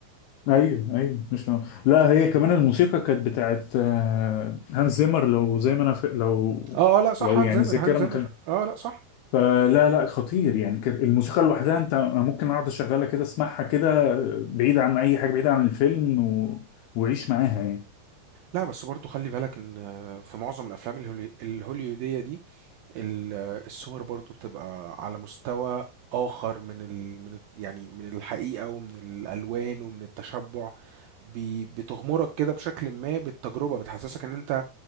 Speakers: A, on the left; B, on the right.
A: ايوه ايوه مش نوع. لا هي كمان الموسيقى كانت بتاعت آه، هانز زيمر لو زي ما انا ف... لو
B: اه اه لا صح
A: لو
B: هانز
A: يعني
B: زمر
A: الذاكره
B: هانز زمر
A: ما
B: اه لا صح
A: فلا لا خطير يعني كانت الموسيقى لوحدها انت ممكن اقعد اشغلها كده اسمعها كده بعيد عن اي حاجه بعيد عن الفيلم و... وعيش معاها يعني
B: لا بس برضو خلي بالك ان في معظم الافلام الهولي- الهوليودية دي ال- الصور برضو بتبقى على مستوى آخر من ال... من ال- يعني من الحقيقة ومن الألوان ومن التشبع بي... بتغمرك كده بشكل ما بالتجربة بتحسسك إن أنت